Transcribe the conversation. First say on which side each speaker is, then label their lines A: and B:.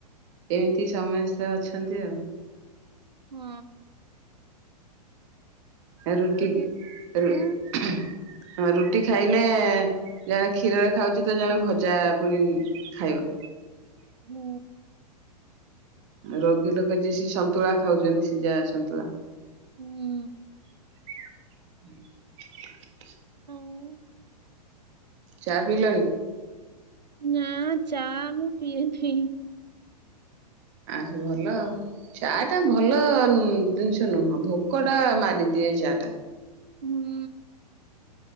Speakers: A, on the right; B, on the right.
A: ଏମିତି ସମସ୍ତେ ଅଛନ୍ତି ଆଉ।
B: ହୁଁ।
A: ଆ ରୁଟି
B: କି
A: ରୁ
B: ଉଁ
A: ହଁ ରୁଟି ଖାଇଲେ ଜଣେ କ୍ଷୀରରେ ଖାଉଛି ତ ଜଣେ ଭଜା ପୁଣି ଖାଇବ।
B: ହୁଁ।
A: ରୋଗୀ ଲୋକ ଯିଏ ସେ ସନ୍ତୁଳା ଖାଉଛନ୍ତି ସିଜା ସନ୍ତୁଳା।
B: ହୁଁ।
A: <unintelligible>
B: ଆଉ
A: ଚା ପିଇିଲଣି?
B: ନା ଚା ମୁଁ ପିଏନାଇ।
A: ଆସ ଭଲ ଆଉ। ଚା ଟା
B: ହୁଁ
A: ଭଲ। ଜିନିଷ ନୁହଁ ଭୋକଟା ମାରିଦିଏ ଚା ଟା।
B: ହୁଁ।